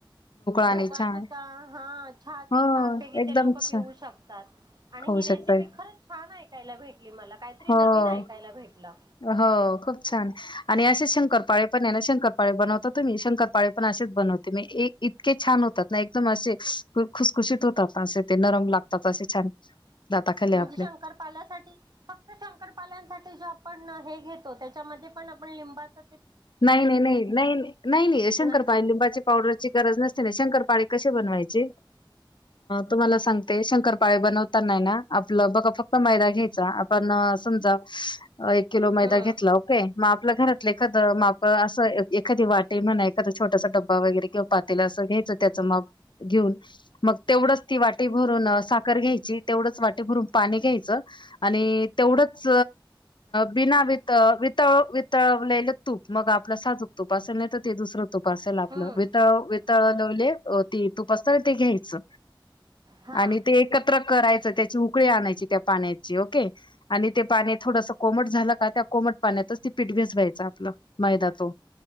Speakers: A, on the left; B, on the right.
A: आणि
B: ढोकळा
A: चहा
B: सुद्धा हा छान,
A: हो,
B: छानपैकी
A: एकदम
B: ते लोक
A: छान
B: पिऊ शकतात, आणि
A: खाऊ
B: ही
A: शकताय.
B: रेसिपी खरच छान ऐकायला भेटली मला, काहीतरी
A: हो.
B: नवीन ऐकायला भेटलं.
A: हो खूप छान आणि असेच शंकरपाळे पण आहे ना शंकरपाळे बनवत तुम्ही. शंकरपाळे पण असेच बनव ते म इतके छान होतात ना एकदम असे खुसखुशीत होतात असे ते नरम लागतात असे छान. दाताखाली
B: म्हणजे
A: आपल्या.
B: शंकरपाल्यासाठी, फक्त शंकरपाल्यांसाठी जो आपण हे घेत तो त्याच्यामध्ये पण आपण लिंबाचा
A: नाही नाही नाही नाही नाही नाही शंकरपाळी
B: ना
A: लिंबाचे पावडर ची गरज नसते ना. शंकरपाळे कशी बनवायचे? तुम्हाला सांगते, शंकरपाळे बनवताना नई ना आपलं बघा फक्त मैदा घ्यायचा. आपण समजा एक किलो मैदा
B: हम्म
A: घेतला. मग आपल घरातलं माप असं एखादी वाटी म्हणा एखादा छोटासा डब्बा वगैरे किंवा पातेल असं घ्यायचं त्याचं माप घेऊन मग तेवढंच ती वाटी भरून साखर घ्यायची, तेवढंच वाटी भरून पाणी घ्यायचं. आणि तेवढंच बिना वीत -वितळ वितळलेलं तूप मग आपलं साधूक तुपासेल नाही तर ते दुसरं तुप असेल आपलं
B: हम्म
A: वितल तळ लावले ते तूप असतना ते घ्यायचं.
B: हा
A: आणि ते एकत्र करायचं त्याची उकळी आणायची. त्या पाण्याची ओके आणि ते पाणी थोडंसं कोमट झालं का, त्या कोमट पाण्यातच ती पिठ भिजवायचं आपलं. मैदा तो,